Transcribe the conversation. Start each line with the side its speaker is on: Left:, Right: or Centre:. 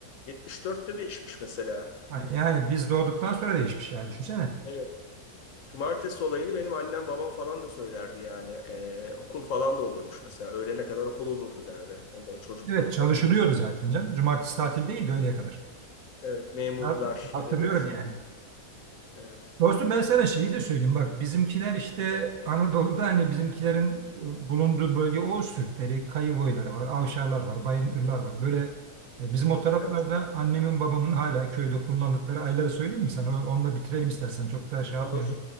Left: 74'te değişmiş mesela.
Right: Yani biz doğduktan sonra değişmiş yani düşünsene.
Left: Evet. Cumartesi olayını benim annem babam falan da söylerdi yani. Ee, okul falan da oluyormuş mesela. Öğlene kadar okul olurdu derdi onların çocukluğunda.
Right: Evet çalışılıyordu zaten canım. Cumartesi tatil
Left: Evet.
Right: değildi öğleye kadar.
Left: Evet, memurlar,
Right: Ben hatırlıyorum
Left: devlet.
Right: yani.
Left: Evet.
Right: Dostum ben sana şeyi de söyleyeyim. Bak bizimkiler işte Anadolu'da hani bizimkilerin e, bulunduğu bölge Oğuz Türkleri, Kayı boyları var, Avşarlar var, Bayındırlar var. Böyle e, bizim o taraflarda
Left: Evet.
Right: annemin babamın hala köyde kullandıkları ayları söyleyeyim mi sana? O- Onunla bitirelim istersen. Çok daha şey yapmayalım.
Left: Olur.